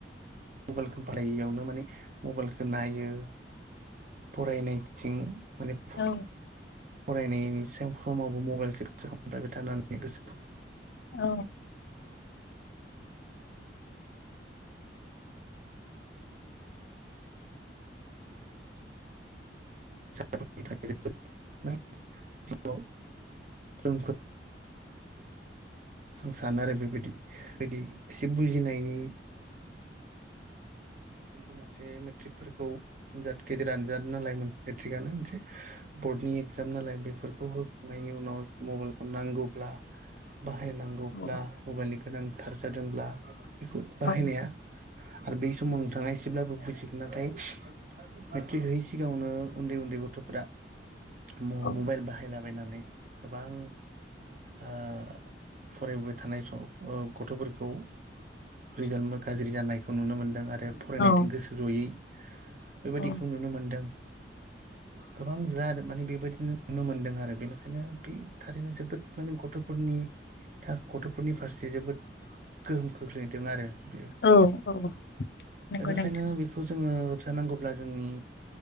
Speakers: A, on the right; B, on the left.
A: मबाइलखौ बाहायैयावनो माने मबाइलखौ नायो फरायनायथिं माने
B: औ
A: फरायनायनि समावबो मबाइल खालामबायबाय थानानै गोसो
B: औ
A: <inaudible> <inaudible> <inaudible> <inaudible> आं सानो आरो बेबायदि बेदि एसे बुजिनायनि बेनि उनावससो मेट्रिकफोरखौ आनजाद गेदिर आनजाद नालाय मेट्रिकआनो मोनसे बर्डनि एगजाम नालाय बेफोरखौ होखांनायनि उनाव मबाइलखौ नांगौब्ला बाहायनांगौब्ला
B: औ
A: मबाइलनि गोनांथार जादोंब्ला बेखौ
B: औ
A: बाहायनाया आरो बै समाव नोंथाङा एसेब्लाबो बुजिगोन नाथाय मेट्रिक होयै सिगाङावनो उन्दै उन्दै गथ'फोरा म-
B: औ
A: मबाइल बाहायला थाबायनानै गोबां आ फरायबाय थानाय सम गथ'फोरखौ रिजाल्टबो गाज्रि जानायखौ नुनो मोनदों आरो आरो फरायनायथिं
B: औ
A: गोसो जयै बेबायाददिखौ
B: औ
A: नुनो मोनदों गोबां जा माने बेबायदिनो नुनो मोनदों आरो बेनिखायनो बे थारैनो जोबोद माने गथ' फोरनि था गथ'फोरनि फारसे जोबोद गोहोम खोख्लैदों आरो बियो
B: औ औ नंगौ
A: दा बेखायनो
B: नोंथां
A: बेखौ जोङो फिसा नांगौब्ला जोंनि